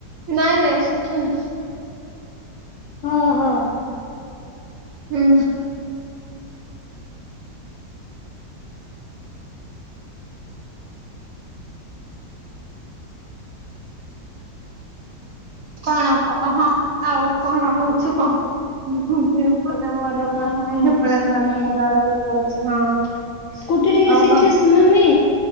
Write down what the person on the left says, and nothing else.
ହଁ ହଁ।
ଆଉ
କଣ
ସୁମି
ସ୍କୁଟି ଟିକେ
ଶିଖିଶ୍
ମମି।